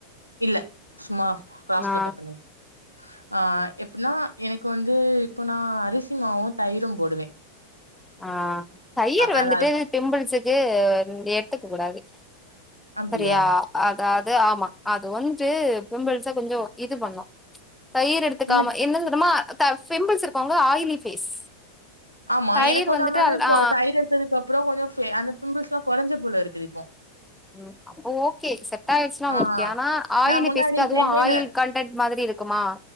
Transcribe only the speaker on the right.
இல்ல <unintelligible> க்ராஸ்ல
கட் பண்ணி உ ஆ எப்புன்னா எனக்கு வந்து இப்பொ நா அரிசி மாவு தயிரும் போடுவெ
நல்லாருக்கும்.
அப்டியா?
எனக்கு
ஆமா
எனக்கு வந்து
ஆனாதுப்பொ
தயிர் எடுத்ததுக்கப்றோ கொஞ்ச ஃபெ அந்த பிம்பிள்ஸ்லா கொறஞ்ச பூல இருக்குது இப்போ
ஆ
நா முன்னாடி
சென்னைல